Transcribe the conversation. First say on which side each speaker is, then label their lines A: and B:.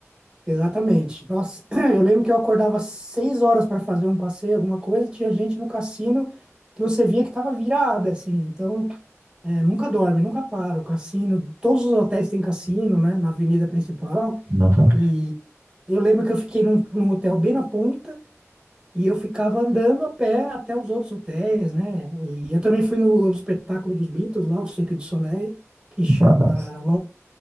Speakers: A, on the right; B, on the right.
A: Exatamente. Nossa, <clears throat> eu lembro que eu acordava às seis horas para fazer um passeio, alguma coisa, tinha gente no cassino que você via que estava virada, assim. Então, é, nunca dorme, nunca para. O cassino, todos os hotéis têm cassino, né, na avenida principal.
B: Não, não,
A: E eu lembro que eu fiquei num, num hotel bem na ponta e eu ficava andando a pé até os outros hotéis, né? E eu também fui no espetáculo dos Beatles lá, o Cirque du Soleil, que chama
B: mas-